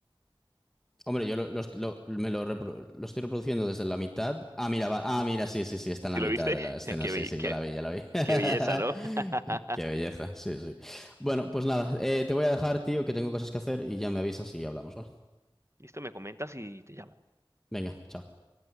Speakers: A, in the centre; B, on the right.
A: Hombre, yo lo, los- lo- me lo, repro- lo estoy reproduciendo desde la mitad. Ah, mira, va- ah, mira, sí, sí, sí, está en
B: Si
A: la mitad
B: lo viste,
A: de
B: <laughs>
A: la escena.
B: qué,
A: Sí,
B: be-
A: sí,
B: qué,
A: ya la vi, ya la vi. <laughs>
B: qué belleza, ¿no? <laughs>
A: Qué belleza, sí, sí. Bueno, pues nada, eh, te voy a dejar, tío, que tengo cosas que hacer y ya me avisas y hablamos, ¿va?
B: Listo, me comentas y te llamo.
A: Venga, chao.